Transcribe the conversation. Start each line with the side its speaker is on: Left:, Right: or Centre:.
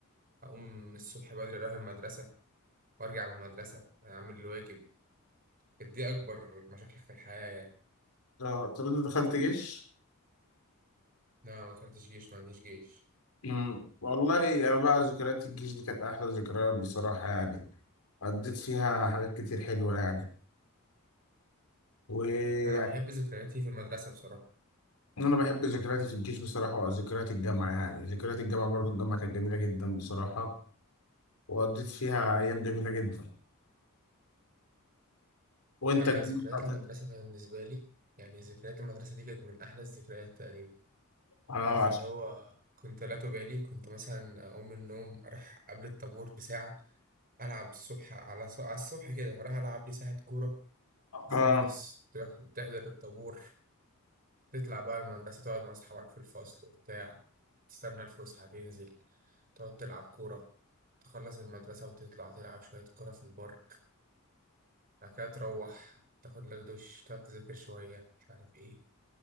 Right: أقوم الصبح بدري أروح المدرسة وأرجع من المدرسة أعمل الواجب كانت دي أكبر مشاكل في الحياة يعني
Left: آه، طب انت دخلت جيش
Right: أنا ما دخلتش جيش ما عنديش جيش
Left: مم. والله انا بقى ذكريات الجيش دي كانت احلى ذكريات بصراحه يعني قضيت فيها حاجات كتير حلوه يعني ويعني
Right: أنا بحب ذكرياتي في المدرسة بصراحة
Left: انا بحب ذكرياتي في الجيش بصراحه وذكريات الجامعه يعني ذكريات الجامعه برضو الجامعه كانت جميله جدا بصراحه وقضيت فيها ايام جميله جدا وانت
Right: أنا
Left: الجامعة
Right: ذكريات
Left: بتاعتك-
Right: المدرسة بالنسبة لي يعني ذكريات المدرسة دي كانت من أحلى الذكريات تقريبا
Left: اه
Right: عارف
Left: عشان
Right: اللي هو كنت لا تبالي كنت مثلا أقوم من النوم أروح قبل الطابور بساعة ألعب الصبح على ص... على الصبح كده أروح ألعب لي ساعة كورة أخلص
Left: اه
Right: تروح تحضر الطابور تطلع بقى المدرسة تقعد مع أصحابك في الفصل وبتاع تستنى الفسحة تنزل تقعد تلعب كورة تخلص المدرسة وتطلع تلعب شوية كورة في البارك بعد كده تروح تاخد لك دش تقعد تذاكر شوية مش عارف ايه